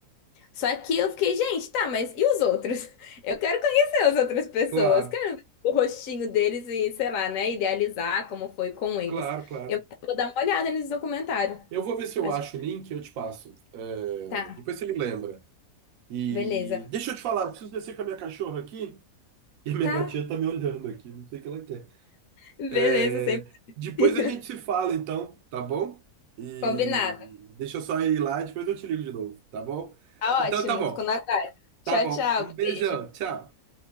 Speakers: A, on the left; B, on the right.
A: Só que eu fiquei, gente, tá, mas e os outros? <laughs> Eu quero conhecer as outras pessoas,
B: claro,
A: quero ver o rostinho deles e, sei lá, né, idealizar como foi com eles.
B: claro, claro.
A: Eu vou dar uma olhada nesse documentário.
B: Eu vou ver se eu
A: Acho
B: acho
A: que
B: o link e eu te passo. É,
A: tá,
B: depois você me lembra. E
A: beleza.
B: deixa eu te falar, eu preciso descer com a minha cachorra aqui <laughs> e minha
A: Tá,
B: gatinha tá me olhando aqui, não sei o que ela quer.
A: beleza,
B: É,
A: sempre
B: depois
A: <laughs>
B: a gente se fala, então, tá bom? E
A: combinado.
B: deixa eu só ir lá e depois eu te ligo de novo, tá bom?
A: Tá
B: Então
A: ótimo,
B: tá bom,
A: fico na guarda. Tchau,
B: tá bom.
A: tchau,
B: Um beijão,
A: beijo.
B: tchau.